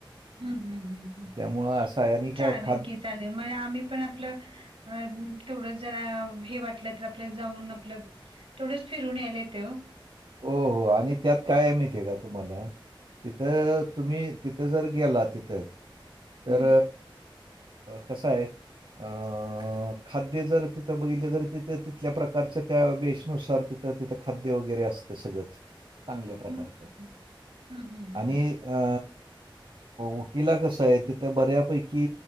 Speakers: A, on the right (about 85°); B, on the right (about 70°).
A: हम्म हम्म हम्म, हम्म.
B: त्यामुळं असं आहे आणि खा
A: चालेल
B: खाद
A: की चालेल मग आम्ही पण आपलं. अ तेवढं जरा हे वाटलं तर आपल्या जाऊन आपलं. थोडंच फिरून यायला येतंय ओ.
B: हो हो आणि त्यात काय आहे माहिती आहे का तुम्हाला? तिथं तुम्ही तिथं जर गेला तिथं. तर
A: हं.
B: कस आहे. अ खाद्य जर तिथं बघितले तर तिथं तिथल्या प्रकारच्या त्या वेशनुसार तिथं तिथं. खाद्य वगैरे असत सगळंच चांगल्या प्रकारच
A: हं, हं, हं. हं, हं, हं.
B: आणि अ उटिला कस आहे तिथं बऱ्यापैकी.